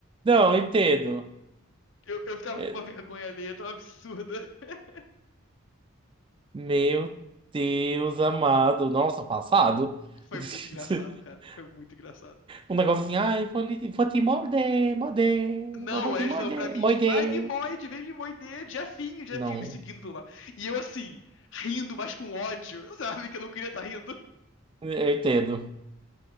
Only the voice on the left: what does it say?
Eu, eu tava
com uma vergonha alheia tão absurda. <laughs>
Foi
muito engraçado, cara. Foi muito engraçado.
Não,
aí eles
falam pra mim,
tipo, ai, mimoide, vem mimoide, Jefinho, Jefinho,
me seguindo pelo mapa. E eu, assim, rindo, mas com ódio, <laughs> sabe? Que eu não queria estar rindo.